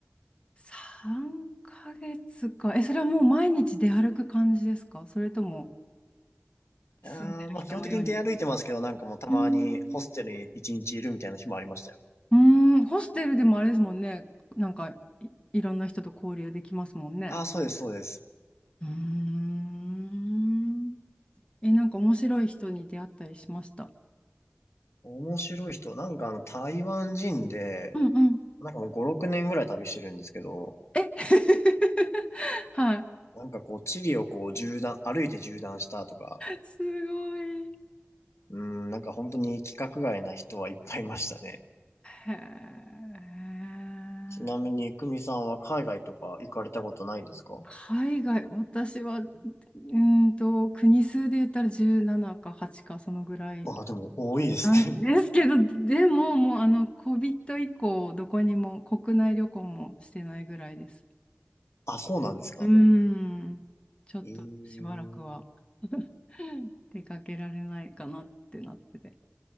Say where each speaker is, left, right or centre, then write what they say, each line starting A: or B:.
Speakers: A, on the left (about 25°); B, on the left (about 90°).
A: 3ヶ月か。え、それはもう毎日出歩く感じですかそれとも
B: ああ、
A: 住んでる人のように。
B: まあ基本的に出歩いてますけど、なんかもうたまにホステルに一日いるみたいな日もありましたよ。
A: うーん、うーんホステルでもあれですもんね。なんかい、いろんな人と交流できますもんね。
B: ああ、そうです、そうです。
A: うーん。え、なんか面白い人に出会ったりしました。
B: 面白い人、なんかあの、台湾人で、
A: うんうん。
B: なんかもう5、6年ぐらい旅してるんですけど、
A: え <laughs> はい。
B: なんかこう、地理をこう、縦断、歩いて縦断したとか、
A: すごい。
B: うーん、なんか本当に規格外な人はいっぱいいましたね。
A: へえ。
B: ちなみに、久美さんは海外とか行かれたことないんですか
A: 海外、私は、うーんと、国数で言ったら17か8か、そのぐらい
B: ああ、でも多いですね。
A: なんですけど、でも、もう、あの、コビット以降、どこにも、国内旅行もしてないぐらいです。
B: <laughs> あ、そうなんですか。
A: うーん、ちょっとしばらくは
B: えー、
A: うん出かけられないかなってなってて、